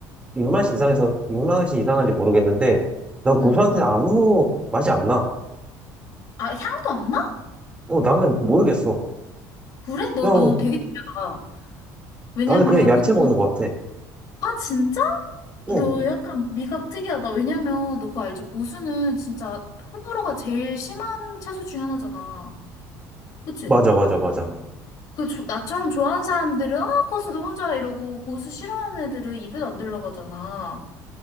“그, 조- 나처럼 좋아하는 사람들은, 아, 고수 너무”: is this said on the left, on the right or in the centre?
Left